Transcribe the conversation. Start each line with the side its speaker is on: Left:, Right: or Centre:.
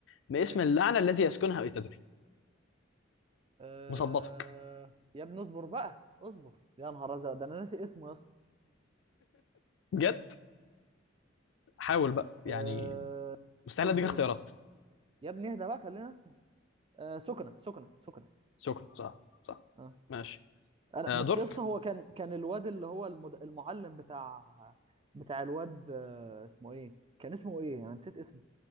Left: ما
Right: ماشي
Left: اسم اللعنه الذي يسكنها ايتادوري
Right: أه...
Left: مظبطك
Right: يا ابني اصبر بقى اصبر يا نهار ازرق ده انا ناسي اسمه يا اسطى
Left: بجد حاول بقى يعني
Right: أه...
Left: مستحيل
Right: اصبر
Left: اديك اختيارات
Right: اصبر يا ابني اهدى بقى خلينا اسمه أه... سكنة سكنة سكنة
Left: شكرا صح صح
Right: أه.
Left: ماشي
Right: انا
Left: آه
Right: بس
Left: دورك
Right: يا اسطى هو كان كان الواد اللي هو المد... المعلم بتاع بتاع الواد أه... اسمه ايه كان اسمه ايه انا نسيت اسمه